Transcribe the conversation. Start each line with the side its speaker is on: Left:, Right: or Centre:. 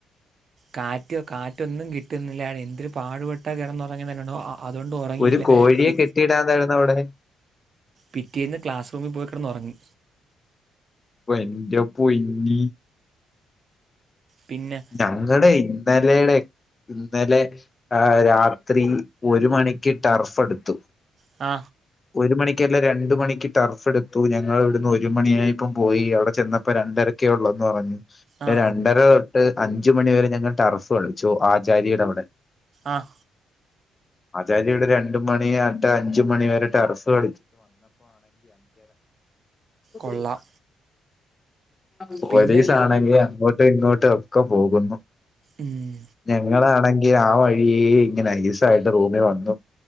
Right: കാറ്റ് കാറ്റൊന്നും കിട്ടുന്നില്ലാണ് എന്തിരു പാടുപെട്ട കിറന്നുറങ്ങണ <unintelligible> അതുകൊണ്ട് ഉറങ്ങിയില്ല
Left: ഒരു കോഴിയെ
Right: പി
Left: കെട്ടിയിടാതായിരുന്നു അവിടെ.
Right: പിറ്റേന്ന് ക്ലാസ് റൂമിൽ പോയി കെടന്നൊറങ്ങി
Left: വന്റെ പൊന്നി
Right: പിന്നെ
Left: ഞങ്ങടെ ഇന്നലെടെ ഇന്നലെ ആ രാത്രി ഒരു മണിക്ക് ടർഫ് എടുത്തു
Right: ആ
Left: ഒരു മണിക്കക്കല്ല രണ്ട് മണിക്ക് ടർഫ് എടുത്തു ഞങ്ങൾ ഇവിടുന്ന് ഒരു മണിയായിപ്പം പോയി അവിടെ ചെന്നപ്പോ രണ്ടര ക്കെയൊള്ളന്ന് പറഞ്ഞ്
Right: ആ
Left: രണ്ടര തൊട്ട് അഞ്ച് മണി വരെ ഞങ്ങൾ ടർഫ് കളിച്ചു ആചാരീടവിടെ
Right: അ
Left: ആചാര്യട് രണ്ട് മണി ട്ട് അഞ്ച് മണി വരെ ടെർഫ്
Right: കൊള്ളാം
Left: <unintelligible> പോലീസ്
Right: പിന്നെ
Left: ആണെങ്കി അങ്ങോട്ടും ഇങ്ങോട്ടും ഒക്കെ പോകുന്നു
Right: ഉം,
Left: ഞങ്ങളാ ണെങ്കി ആ വഴി ഇങ്ങനെ നൈസായിട്ട് റൂമെ വന്നു